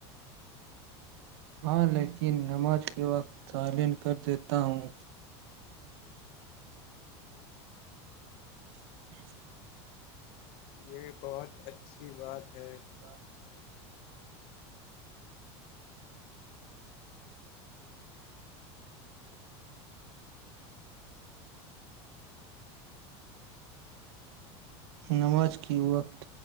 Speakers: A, on the right; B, on the left.
A: ہاں لیکن نماز کے وقت تعالین کر دیتا ہوں <inaudible>
B: یہ بہت اچھی بات ہے
A: تو نماز کی وقت